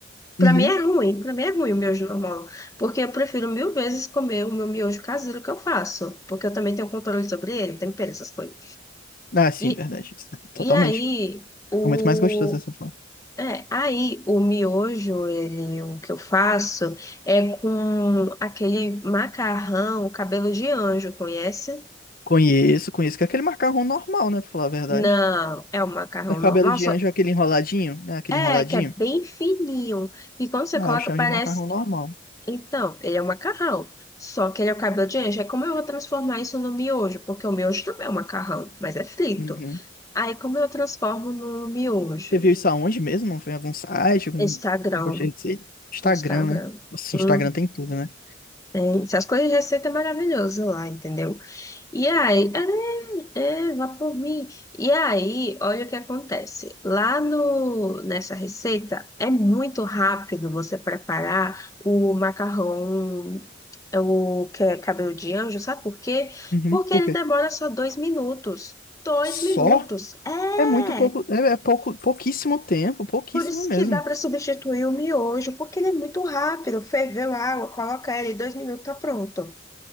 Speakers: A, on the left (about 20°); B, on the left (about 50°).
A: Pra
B: Uhum.
A: mim é ruim, pra mim é ruim o miojo normal, porque eu prefiro mil vezes comer o meu miojo caseiro que eu faço, porque eu também tenho controle sobre ele, tempero, essas coisas.
B: Ah, sim,
A: E,
B: verdade. Totalmente.
A: e aí, o
B: É muito mais gostoso dessa forma.
A: é, aí o miojo, ele, o que eu faço é com aquele macarrão, cabelo de anjo, conhece?
B: Conheço, conheço, que é aquele macarrão normal, né, pra falar a verdade.
A: Não, é um macarrão
B: No cabelo
A: normal,
B: de
A: só
B: anjo, é aquele enroladinho, né, aquele
A: é
B: enroladinho.
A: que é bem fininho. E quando você
B: Ah,
A: coloca,
B: eu chamo
A: parece.
B: de macarrão normal.
A: Então, ele é um macarrão. Só que ele é o cabelo de anjo. É como eu vou transformar isso no miojo, porque o miojo também é um macarrão, mas é frito.
B: Uhum.
A: Aí, como eu transformo no miojo?
B: Você viu isso aonde mesmo? Não foi em algum site, algum
A: Instagram.
B: negócio de receita? Instagram,
A: Instagram.
B: né? Nossa,
A: Hum,
B: Instagram tem tudo, né?
A: tem. Essas coisas de receita é maravilhoso lá, entendeu? E aí, é, é, vá por mim. E aí, olha o que acontece. Lá no, nessa receita, é muito rápido você preparar o macarrão, é o que é cabelo de anjo, sabe por quê?
B: Uhum.
A: Porque
B: Por
A: ele
B: quê?
A: demora só dois minutos. Dois
B: Só?
A: minutos. É!
B: É muito pouco, é, é pouco, pouquíssimo tempo, pouquíssimo
A: Por isso
B: mesmo.
A: que dá para substituir o miojo, porque ele é muito rápido. Ferveu a água, coloca ele, dois minutos, tá pronto.